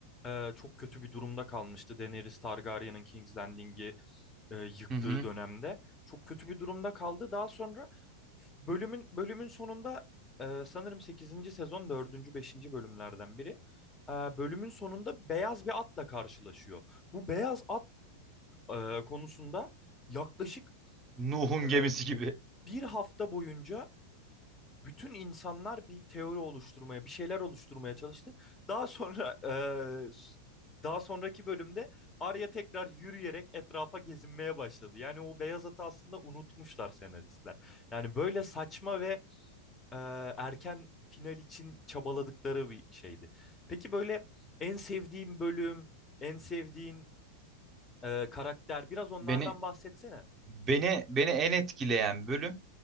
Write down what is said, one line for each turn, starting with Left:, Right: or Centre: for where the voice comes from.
Left: e, çok kötü bir durumda kalmıştı. Daenerys Targaryen'ın King's Landing'i e, yıktığı
Right: Hı hı.
Left: dönemde. Çok kötü bir durumda kaldı. Daha sonra bölümün bölümün sonunda e, sanırım sekizinci sezon dördüncü beşinci bölümlerden biri. E, bölümün sonunda beyaz bir atla karşılaşıyor. Bu beyaz at e, konusunda yaklaşık
Right: Nuh'un
Left: e,
Right: gemisi gibi.
Left: bir hafta boyunca bütün insanlar bir teori oluşturmaya, bir şeyler oluşturmaya çalıştı. Daha sonra eee, daha sonraki bölümde Arya tekrar yürüyerek etrafa gezinmeye başladı. Yani o beyaz atı aslında unutmuşlar senaristler. Yani böyle saçma ve eee, erken final için çabaladıkları bir şeydi. Peki böyle en sevdiğin bölüm, en sevdiğin eee, karakter biraz onlardan
Right: Beni
Left: bahsetsene.
Right: beni beni en etkileyen bölüm